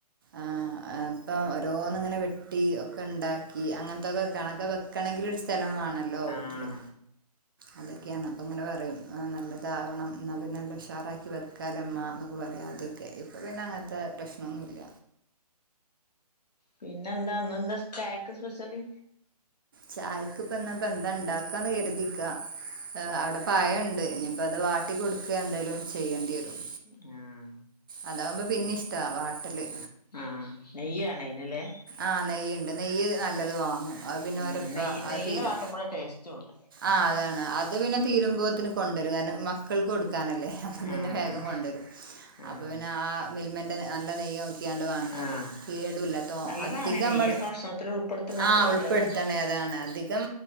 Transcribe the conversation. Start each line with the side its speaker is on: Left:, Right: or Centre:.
Right: ആഹ് അപ്പം ഓരോന്നിങ്ങനെ വെട്ടി ഒക്കെണ്ടാക്കി അങ്ങൻത്തൊക്കെ കണക്കൊക്കെ വെക്കണങ്കിലൊരു സ്ഥലംവാണല്ലോ
Left: ആഹ്
Right: വീട്ടില് അതൊക്കെയാണ് അപ്പങ്ങനെ പറയും നല്ലതാവണം ഇന്ന പിന്നെ നല്ല ഉഷാറാക്കി വെക്കാലമ്മ ന്നൊക്കെ പറയും ആദ്യ ക്കെ ഇപ്പൊ പിന്നെ അങ്ങൻത്തെ പ്രശ്നൊന്നുല്ല
Left: പിന്നെന്താ ഇന്നെന്താ ചായക്ക് സ്പെഷ്യല്
Right: ചായക്ക് ഇപ്പന്നാപ്പന്തണ്ടാക്കാന്ന് കരുതിക്കാ അവിടെ പഴണ്ട് ഇനിയിപ്പോ അത് വാട്ടി കൊടുക്കന്തേലും ചെയ്യണ്ടേരും
Left: ഞാഹ്.
Right: അതാവുമ്പോ പിന്നിഷ്ടാ വാട്ടല്
Left: ആഹ്, നെയ്യാണയ്‌ന്ലെ
Right: ആഹ്, നെയ്യ്ണ്ട് നെയ്യ് നല്ലത് വാങ്ങും അത് പിന്നെ
Left: ഉം
Right: ഓരപ്പ
Left: നെയ്യ് നെയ്യില്
Right: അത് തീര്
Left: വാട്ടുമ്പളേ ടേസ്റ്റ് ഉള്ളൂ
Right: ആഹ്, അതാണ് അത് പിന്നെ തീരുമ്പോത്തിന് കൊണ്ടരും കാരണം മക്കൾക്ക് കൊടുക്കാനല്ലേ അപ്പൊ പിന്നെ
Left: ആഹ്
Right: വേഗം കൊണ്ടരും
Left: ആഹ്
Right: അപ്പൊ പിന്നെ ആ മിൽമന്റെ നല്ല നെയ്യ് നോക്കിയാണ്ട് വാങ്ങിയാല്
Left: ആഹ്
Right: കേടുല്ല. ആഹ്,
Left: നല്ലതാണ്
Right: അധികമ്മൾ
Left: നെയ്യൊക്കെ ഭക്ഷണത്തിൽ ഉൾപ്പെടുത്തുന്ന ഏറ്റവും
Right: ആഹ്, ഉൾപെട്ത്തണേ
Left: നല്ലതാണ്
Right: ഏതാണധികം